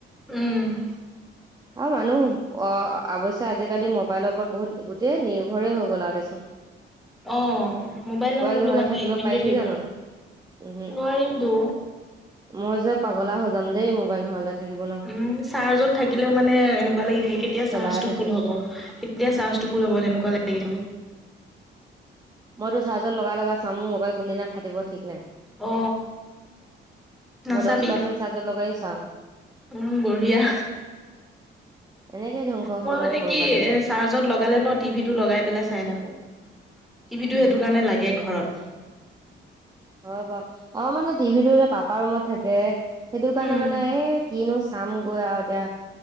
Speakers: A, in the centre; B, on the right (about 20°).
A: উম,
B: অ, মানুহ অ, অৱশ্যে আজিকালি মোবাইলৰ ওপৰত বহুত গোটেই নিৰ্ভৰে হৈ গ'ল আৰু দে, চোন।
A: অ, মোবাইল নহ'লেতো
B: নহ'লে
A: মানুহে এক মিনিটতও
B: পাৰিবি
A: থাকিব
B: জানো?
A: ন,
B: উমহু,
A: নোৱাৰিমতো।
B: মই যে পাগলা হৈ যাম দেই, মোবাইল নহ'লে। থাকিব ন
A: উম, চাৰ্জত থাকিলেও মানে এনেকুৱা লাগি থাকে, কেতিয়া
B: চলায়ে
A: চাৰ্জটো
B: থাকিম।
A: ফুল হ'ব। এতিয়া চাৰ্জটো হ'ব, তেনেকুৱা লাগি থাকে।
B: মইতো চাৰ্জ লগাই চাওঁ, মোৰ মোবাইল কোন দিনা ফাটিব ঠিক নাই।
A: অ, নাচাবি।
B: মই দহ পাৰ্চেণ্ট চাৰ্জত লগাইও চাওঁ,
A: উম, বঢ়িয়া।
B: এনেকেই ধ্বংস
A: মই
B: হ'ম
A: মানে
B: কোনোবা
A: কি
B: দিনা।
A: এ চাৰ্জত লগালে ন, টিভিটো লগাই পেলাই চাই থাকোঁ, টিভিটো
B: উম।
A: সেইটো কাৰণে লাগে ঘৰত।
B: অ, হ'ব অ, মানে টিভিটো পাপা ৰুমত থাকে, সেইটো কাৰণে
A: উম
B: মানে এই কিনো চা মই, গৈ আৰু এতিয়া।